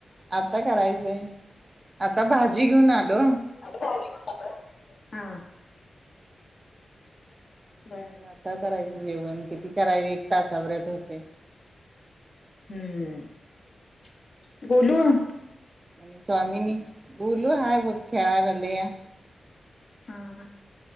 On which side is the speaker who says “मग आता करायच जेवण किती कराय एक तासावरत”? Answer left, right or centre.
Right